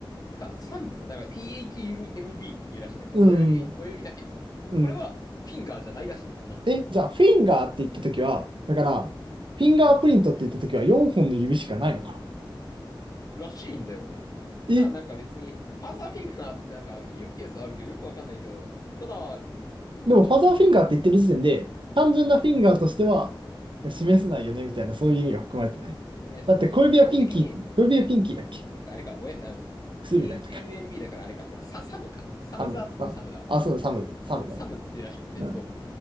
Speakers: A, on the left; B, on the right.
A: さ、三部、なんか THUMB っていうらしいんだけど、
B: うん。
A: 親指、親指だけ。おこれはフィンガーじゃないらしいんだよ、
B: うん。
A: なんと。
B: え、じゃあ、フィンガーって言ったときは、だから、フィンガープリントって言ったときは4本の指しかないのかな。
A: らしいんだよね。
B: え、
A: だからなんか別に、ファーザーフィンガーってなんか言うケースあるけど、よくわかんないけど、ただ、なんだろ
B: でも、ファザーフィンガーって言ってる時点で、単純なフィンガーとしては示せないよね、みたいな、そういう意味は含まれてない。
A: う。えーそうそう。
B: だって、小指はピンキー、
A: 基本的に、
B: 小指はピンキーだっけ
A: てか、あれか、おえ、あの、
B: 薬指だったか。
A: T- h u m b だからあれか、これサ、サムか。サムズアップのサムだわ。
B: サム、サム。あ、そうだ、
A: そうそうそう。
B: サム、サムだね。
A: サムっていうらしくて、
B: うん。
A: そう。だか